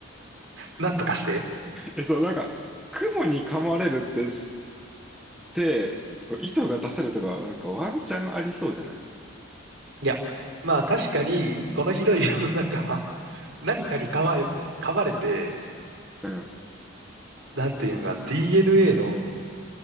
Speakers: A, on the right; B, in the centre.
A: なんとかして
B: え、そう、なんか、雲に噛まれるってで、糸が出せるとかはなんかワンチャンありそうじゃない
A: いや、まあ確かに、この広い世の中、<laughs> 何かに噛まれ、噛まれて、
B: うん。
A: なんていうのかな、DNA の